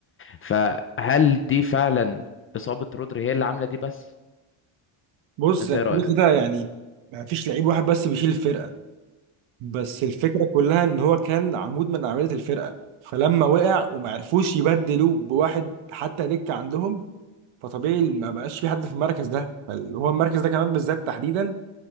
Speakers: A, on the left; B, on the right.
A: فهل دي فعلا اصابة رودري هي اللي عاملة دي بس
B: بص
A: انت
B: يعني
A: ايه رأيك
B: كده كده يعني ما فيش لعيب واحد بس بيشيل الفرقة بس الفكرة كلها ان هو كان عمود من اعمدة الفرقة فلما وقع وما عرفوش يبدلوه بواحد حتى دكة عندهم فطبيعي ما بقاش في حد في المركز ده فال- هو المركز ده كمان بالذات تحديدا